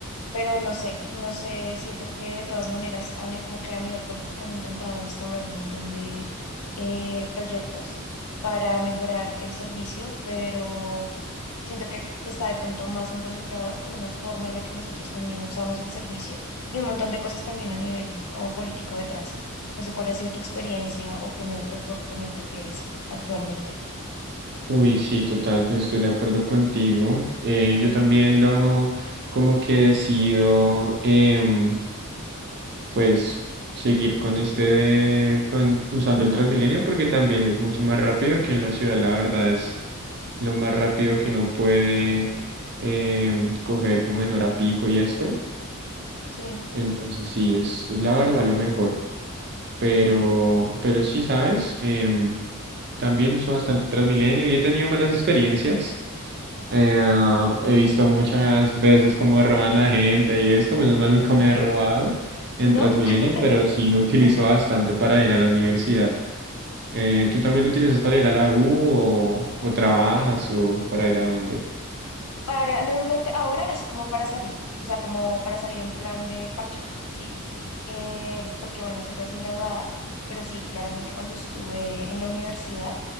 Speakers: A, on the left; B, on the right.
A: pero no sé, no sé, siento que de todas maneras, han- como que a nivel político han intentado instaurar un montón de eh, proyectos para mejorar el servicio, pero Siento que está de pronto más involucrado con una forma en la que nosotros también usamos el servicio y un montón de cosas también a nivel como político detrás. No sé cuál ha sido tu experiencia o qué medio de transporte también prefieres actualmente.
B: Uy, sí, total, pues estoy de acuerdo contigo. Eh, yo también lo, como que decido, em, pues, seguir con este, de- con, usando el Transmilenio porque también es mucho más rápido. Aquí en la ciudad, la verdad, es lo más rápido que uno puede em, coger como en hora pico y esto.
A: Sí,
B: Entonces, sí, es, es la verdad lo mejor. Pero, pero sí, ¿sabes? Em, también uso bastante Transmilenio y he tenido malas experiencias. Eh, he visto muchas veces cómo roban a gente y esto, menos mal nunca
A: <laughs>
B: me ha robado en
A: ¿no?
B: Transmilenio,
A: <laughs>
B: pero sí lo utilizo
A: Ok.
B: bastante para ir a la universidad. Eh, ¿tú también lo utilizas para ir a la U o, o trabajas o para ir a dónde?
A: Para, normalmente ahora es como para salir, o sea, como para salir en plan de parchar, ¿sí? Eh, porque bueno, soy recién graduada, pero sí, claramente cuando estuve en la universidad